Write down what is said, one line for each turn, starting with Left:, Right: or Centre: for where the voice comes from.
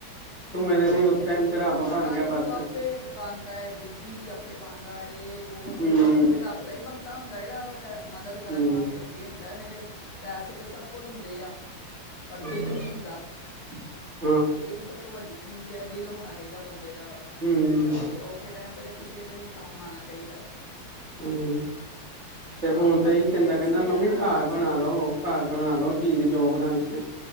Right: ਤੂੰ ਮੇਰੇ
Left: ਹਾਂ ਉਹ
Right: ਲਈ ਉਸ
Left: ਤੇ ਹੈ
Right: ਟਾਈਮ
Left: ਹੀ ਉਹ
Right: ਰੱਬ ਬਣ
Left: ਵਾਹਿਗੁਰੂ
Right: ਗਿਆ ਬਸ
Left: ਆਪੇ ਪਾਂਦਾ ਐ ਬੁੱਧੀ ਵੀ ਆ ਆਪੇ ਪਾਂਦਾ ਏ ਉਹ ਕੋਈ
Right: ਹੂੰ
Left: ਕੋਈ ਰੱ ਬ ਦਾ ਹੀ ਬੰਦਾ ਹੁੰਦਾ ਏ ਜਿਹੜਾ ਮਦਦ ਕਰਨ
Right: ਹੂੰ
Left: ਵਾਸਤੇ ਅੱਗੇ ਹੁੰਦਾ ਨਹੀਂ ਤੇ ਪੈਸੇ ਤਾਂ ਸਭ ਕੋਲ ਹੁੰਦੇ ਆ ਪਰ
Right: ਹੂ
Left: ਦਿਲ ਨਹੀਂ ਹੁੰਦਾ
Right: <unintelligible>
Left: ਤੇ ਇਹੀ ਸਭ ਤੋਂ ਵੱਡੀ ਚੀਜ਼ ਐ ਦਿਲ ਹੋਣਾ ਚਾਹੀਦਾ ਬੰਦੇ ਦਾ
Right: ਹੂੰ
Left: ਇਹੋ ਜਿਹੇ ਓ ਖੇ ਟਾਈਮ ਤੇ ਤਾਂ ਕਿਸੇ ਦੇ ਵੀ ਕੰਮ ਆਣਾ ਚਾਹੀਦਾ ਏ
Right: ਹੂੰ ਤੇ
Left: ਹਾਂ
Right: ਹੁਣ ਤੇ
Left: ਬੱਚੇ
Right: ਹੀ ਕਹਿੰਦਾ
Left: ਅੱਛੇ
Right: ਕਹਿੰਦਾ ਮੰਮੀ
Left: ਆ ਨਾ
Right: ਘਰ
Left: ਬੱਚੇ
Right: ਬਣਾ ਲੋ ਘਰ ਬਣਾ
Left: ਹਾਂ
Right: ਲਓ ਚੀਜ਼ ਜੋ ਬਣਾਣੀ ਆ।